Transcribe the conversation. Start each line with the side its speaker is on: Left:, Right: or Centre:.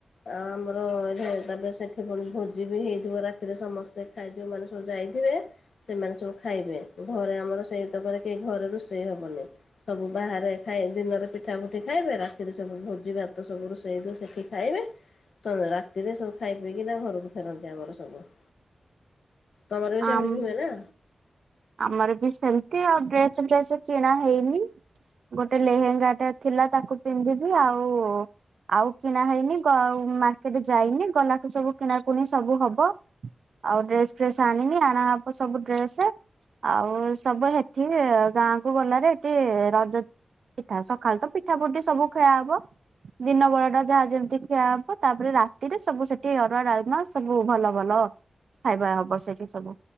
Left: ଆ ଆମର ଏଠି ତାପରେ ସେଠି ଭୁଣି ଭୋଜି ବି ହେଇଥିବ ରାତିରେ ସମସ୍ତେ। ଏଇ ଯୋଉଁମାନେ ସବୁ ଯାଇଥିବେ ସେମାନେ ସବୁ ଖାଇବେ ଘରେ ଆମର ସେଇତକରେ। ଏ ଘର ରୋଷେଇ ହବନି। ସବୁ ବାହାରେ ଖାଇ ଦିନରେ ପିଠା ପୁଠି ଖାଇବେ ରାତିରେ ସବୁ ଭୋଜି ଭାତ ସବୁ ରୋଷେଇରୁୁ ସେଠି ଖାଇବେ। କଣ ରାତିରେ ସବୁ ଖାଇ ପିଇକିନା ଘରକୁ ଫେରନ୍ତି ଆମର ସବୁ। ତମର ବି ସେମିତି
Right: ଆମ୍
Left: ହୁଏ ନା।
Right: ଆମର ବି ସେମିତି ଆଉ ଡ୍ରେସ ଫ୍ରେସ କିଣା ହେଇନି। ଗୋଟେ ଲେହେଙ୍ଗାଟେ ଥିଲା ତାକୁ ପିନ୍ଧିବି ଆଉ। ଆଉ କିଣା ହେଇନି ଗ ମାର୍କେଟ ଯାଇନି ଗଲାଠୁ ସବୁ କିଣାକୁଣି ସବୁ ହବ। ଆଉ ଡ୍ରେସ ଫ୍ରେସ ଆଣିନି ଆଣା ହବ ସବୁ ଡ୍ରେସ। ଆଉ ସବୁ ହେଠି ଗାଁ କୁ ଗଲାରେ ଏଠି ରଜ। ପିଠା ସକାଳୁ ତ ପିଠା ପୁଠି ସବୁ ଖିଆ ହବ। ଦିନ ବଳଟା ଯାହା ଯେମିତି ଖିଆ ହବ ତାପରେ ରାତିରେ ସବୁ ସେଠି ଅରୁଆ ଡାଲମା ସବୁ ଭଲ ଭଲ। ଖାଇବା ହବ ସେଠି ସବୁ